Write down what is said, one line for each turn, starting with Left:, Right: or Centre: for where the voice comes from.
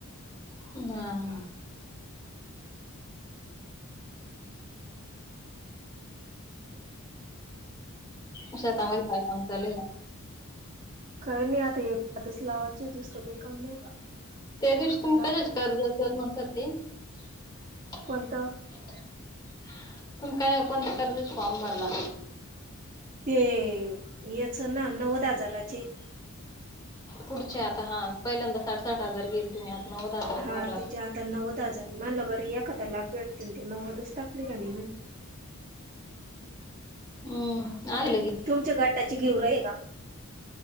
Left: हा <inaudible> <inaudible> <inaudible> अ आता म काय सांग चाल
Right: खय नाही आतास लावाची दुसरं काही कमी नाही आता <inaudible>
Left: त्या दिवशी
Right: आता
Left: तुम्ही
Right: लागणार
Left: कशाच कर्ज असेल म्हणता ते <inaudible>
Right: कोणतं
Left: <inaudible> तुम काय ओपन ते करतोच फॉर्म भरला
Right: ते याच ना नव्वद हजाराचे <inaudible>
Left: पुढचे आता हा पहिल्यांदा साठ साठ हजार गेल तुम्ही आता नव्वद
Right: <inaudible>
Left: हजारच
Right: हा
Left: भरला
Right: त्याच्या हातांनाव दात मला घरी एखाद्या लाग भेटतील ते नव्वदच टाकली का नाही म <inaudible>
Left: हम्म आले की
Right: तुमच्या गटाची घेऊ रा आहे का